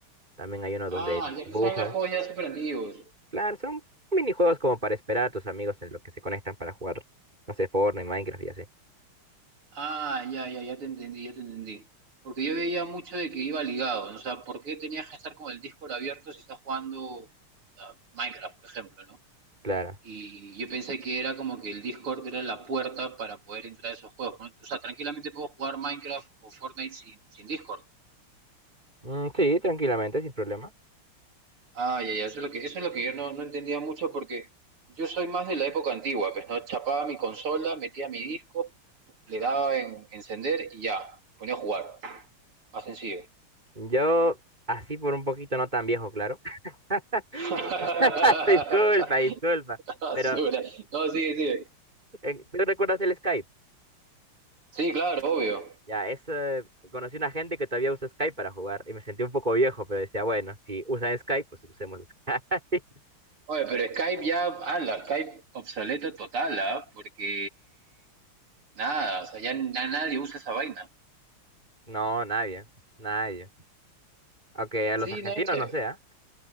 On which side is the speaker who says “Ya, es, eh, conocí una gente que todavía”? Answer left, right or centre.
Right